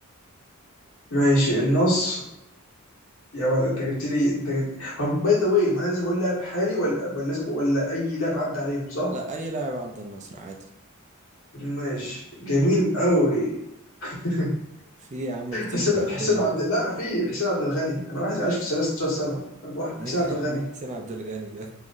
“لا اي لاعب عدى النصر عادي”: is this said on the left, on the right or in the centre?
Right